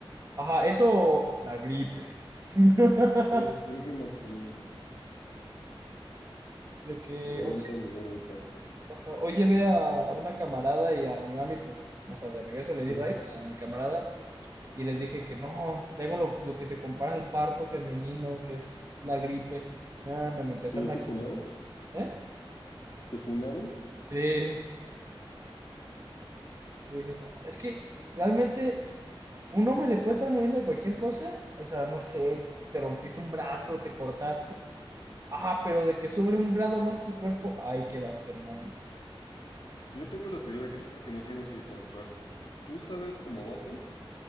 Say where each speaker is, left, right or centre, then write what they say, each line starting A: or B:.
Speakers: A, on the right; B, on the left.
A: Ajá, eso, la gripe. <laughs>
B: Sí, gripe masculina,
A: De que,
B: equivalente
A: oye,
B: al dolor del parto.
A: ajá, hoy llevé a una camarada y a mi mami, pues, o sea, de regreso le di
B: Ujú.
A: raíz a mi camarada y les dije que no, tengo lo, lo que se compara al parto femenino, que es la gripe. Nada, me, me empezaron
B: ¿Te fuiste
A: a...
B: funado?
A: ¿Eh?
B: ¿Te funaron?
A: Sí. Yo dije, "No, es que realmente un hombre se puede estar muriendo de cualquier cosa, o sea, no sé, te rompiste un brazo, te cortaste, ah, pero de que sube un grado más tu cuerpo, ahí quedaste, hermano.
B: Yo tengo la teoría de que es porque no tienes el control. Tú sabes como vato